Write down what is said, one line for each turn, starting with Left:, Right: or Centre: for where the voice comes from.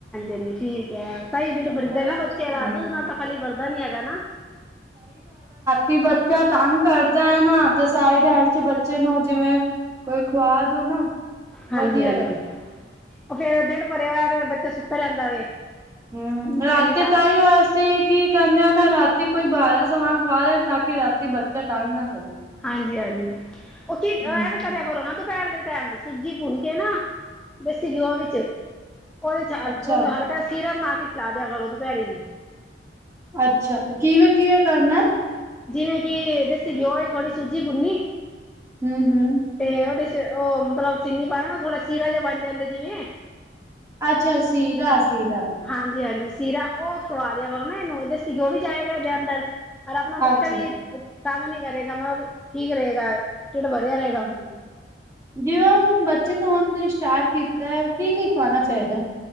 Centre: <unintelligible> ਠੀਕ ਕੈ, ਤਾਂਈ ਡਿਡ ਭਰਦੈ ਨਾ
Right: ਸਿਸਟਮ
Centre: ਬੱਚੇ ਦਾ,
Right: ਹੈ
Centre: ਦੂੱਦ
Right: ਹੀ ਨਹੀਂ
Centre: ਨਾਲ ਤਾਂ ਖਾਲੀ ਭਰਦਾ ਨੀ ਹੈਗਾ ਨਾ।
Right: ਕਿ ਬੱਚਾ ਤੰਗ ਕਰਦੈ ਨਾ, ਤੇ ਸਾਰੀ ਰਾਤ ਚ ਬੱਚੇ ਨੂੰ ਜਿਵੇਂ ਕੋਈ ਖੁਆ ਦੇ ਨਾ
Centre: ਹਾਂਜੀ,
Right: ਵਧੀਆ
Centre: ਹਾਂਜੀ।
Right: ਰਹਿੰਦਾ
Centre: ਓ ਫੇਰ ਡਿਡ ਭਰੇ ਆ ਹੋਏ ਆ ਤੇ ਬੱਚਾ ਸੁੱਤਾ ਰੈਂਦਾ ਵੇ।
Right: ਹੂੰ, ਰਾਤੀ
Centre: ਐਨੀ ਤਾਂ
Right: ਤਾਂਈਓ ਅਸੀ ਕੀ ਕਰਨੇ ਆ ਨਾ ਰਾਤੀ ਕੋਈ ਭਾਰਾ ਸਮਾਨ ਖਵਾਦੇ ਤਾਕੀ ਰਾਤੀ ਬੱਚਾ ਤਾੰਗ ਨਾ ਕਰੇ।
Centre: ਹਾਂਜੀ, ਹਾਂਜੀ ਓ ਕੀ
Right: ਹਮ
Centre: ਐਵੇਂ ਕਰੇਆ ਕਰੋ ਨਾ ਦੂਪੈਰ ਦੇ ਟੈਮ ਤੇ ਸੂੱਜੀ ਭੁੰਨ ਕੇ ਨਾ ਦੇਸੀ ਘਿਓ ਵਿੱਚ ਓਦੇ ਚ ਹਲ
Right: ਅੱਛਾ
Centre: ਹਲਕਾ ਜਾ ਸੀਰਾ ਬਨਾ ਕੇ ਖਿਲਾ ਦੇਆ ਕਰੋ ਦੁਪੈਰੀ ਵੀ।
Right: ਅੱਛਾ ਕਿਵੇਂ-ਕਿਵੇਂ ਕਰਨਾ ਐ?
Centre: ਜਿਵੇਂ ਕਿ ਦੇਸੀ ਘਿਓ ਏ ਥੋੜੀ ਸੂਜੀ ਭੂੱਨੀ
Right: ਹੂੰ-ਹੂੰ।
Centre: ਤੇ ਓਦੇ ਚ ਓ ਮਤਲਬ ਚੀਨੀ ਪਾਨਾ ਨਾ ਥੋੜਾ ਸੀਰਾ ਜਾ ਬਨ ਜਾਂਦਾ ਜਿਵੇਂ।
Right: ਅੱਛਾ ਸੀਰਾ-ਸੀਰਾ।
Centre: ਹਾਂਜੀ-ਹਾਂਜੀ ਸੀਰਾ ਓ ਖਵਾ ਦੇਆ ਕਰੋ ਨਾ ਏਨੂੰ ਦੇਸੀ ਘਿਓ ਵੀ ਜਾਏਗਾ ਏਦੇ ਅੰਦਰ ਅਰ ਅਪਨਾ ਬੱਚਾ
Right: ਅੱਛਾ
Centre: ਵੀ ਤਾੰਗ ਨੀ ਕਰੇਗਾ ਨਾ ਔਰ ਠੀਕ ਰਹੇਗਾ, ਡਿਡ ਭਰੇਆ ਰੇ
Right: ਹਾਂਜੀ। ਜਿਵੇਂ ਹੁਨ ਬੱਚੇ ਨੂੰ ਹੋਨ ਤੋ ਸਟਾਰਟ ਕੀਤੈ ਏ ਕੀ-ਕੀ ਖਵਾਨਾ ਚਾਈਦਾ ਐ?